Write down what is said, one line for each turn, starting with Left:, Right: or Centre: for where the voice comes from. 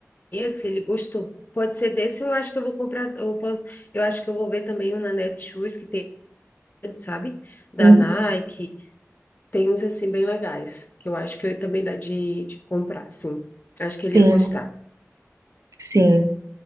Left: se ele gostou. Pode ser desse, eu acho que eu vou comprar. Eu, po- eu acho que eu vou ver também um na Netshoes que tem, sabe? Da
Right: Uhum.
Left: Nike. Tem uns assim bem legais, que eu acho que eu também dá de, de comprar, sim. Acho que ele
Right: Sim,
Left: ia gostar.
Right: sim.